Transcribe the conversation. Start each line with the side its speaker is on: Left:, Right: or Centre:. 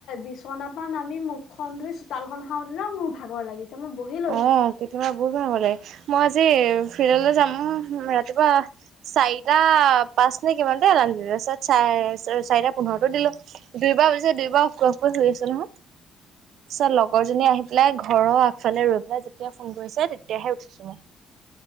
Left: বিচনাাপা নামি মুখখন ধুই চোতালখন সৰোতে ন মোৰ ভাগৰ লাগিছে। মই বহি লৈছো।
Right: অ', কেতিয়াবা বহুত ভাগৰ লাগে, মই আজি ফিল্ডলৈ যাম ৰাতিপুৱা। চাৰিটা পাঁচ নে, কিমানতে এলাৰ্ম দিলোঁ। তাৰপিছত, চাৰে, চাৰিটা পোন্ধৰটো দিলোঁ। দেউবাৰ হৈছে, দেউবাৰো <unintelligible> পিছত, লগৰ জনীয়ে, আহি পেলাই, ঘৰৰ আগফালে ৰৈ পেলাই, যেতিয়া ফোন কৰিছে, তেতিয়াহে উঠিছোঁ, মই।